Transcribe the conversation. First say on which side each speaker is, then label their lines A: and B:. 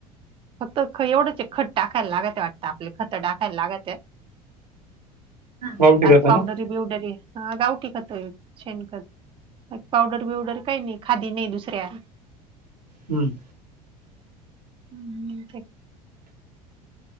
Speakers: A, on the right; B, on the right.
A: फक्त एवढंच. खत टाकायला लागत वाटतं आपले खतं टाकायला लागतं.
B: गावठी
A: बाकी
B: करता
A: पावडर
B: ना
A: बी उडर आहे. हा गावठी खतोय शेण खत पावडर बिवडर काही नाही खादी नाही दुसऱ्या
B: हम्म.
A: हम्म <inaudible>